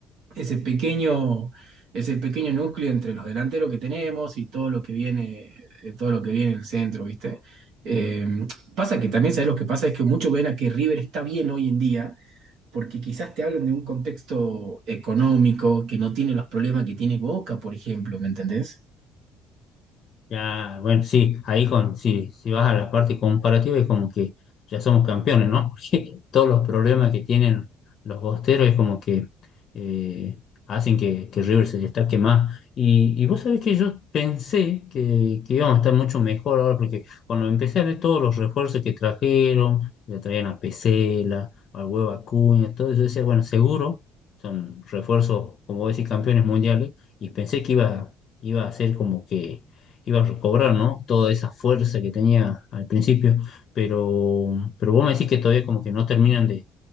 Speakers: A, on the right; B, on the left.
A: ese pequeño, ese pequeño núcleo entre los delanteros que tenemos y todo lo que viene, eh, todo lo que viene en el centro, ¿viste? Eh, pasa que también, ¿sabes lo que pasa? Es que muchos ven a que River está bien hoy en día, porque quizás te hablan de un contexto económico que no tiene los problemas que tiene Boca, por ejemplo, ¿me entendés?
B: Ya, bueno, sí, ahí con, sí, si vas a la parte comparativa es como que ya somos campeones, ¿no? <laughs> Porque todos los problemas que tienen los bosteros es como que eh, hacen que, que River se destaque más. Y, y vos sabés que yo pensé que, que íbamos a estar mucho mejor ahora, porque cuando empecé a ver todos los refuerzos que trajeron, ya traían a Pesela, al Huevo Acuña, todo eso, yo decía, bueno, seguro son refuerzos, como vos decís, campeones mundiales, y pensé que iba, iba a ser como que iba a recobrar, ¿no? Toda esa fuerza que tenía al principio, pero, pero vos me decís que todavía como que no terminan de,